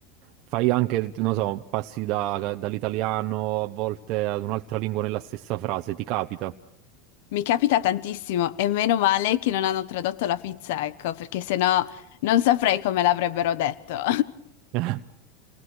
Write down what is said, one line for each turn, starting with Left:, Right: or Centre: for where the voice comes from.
Right: fai anche, non so, passi da- dall'italiano a volte ad un'altra lingua nella stessa frase, ti capita?
Left: Mi capita tantissimo e meno male che non hanno tradotto la pizza, ecco, perché sennò non saprei come l'avrebbero detto. <laughs>
Right: <laughs>